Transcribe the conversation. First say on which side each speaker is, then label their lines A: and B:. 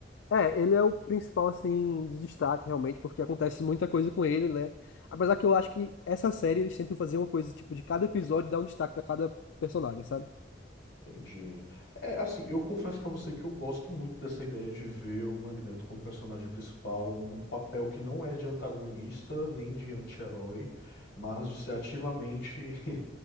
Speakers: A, on the left (about 85°); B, on the left (about 70°).
A: É, ele é o principal, assim, de destaque, realmente, porque acontece muita coisa com ele, né? Apesar que eu acho que essa série eles tentam fazer uma coisa, tipo, de cada episódio dar um destaque pra cada personagem, sabe?
B: Entendi. É, assim, eu confesso pra você que eu gosto muito dessa ideia de ver o Magneto como personagem principal, num papel que não é de antagonista nem de anti-herói, mas de ser ativamente. <laughs>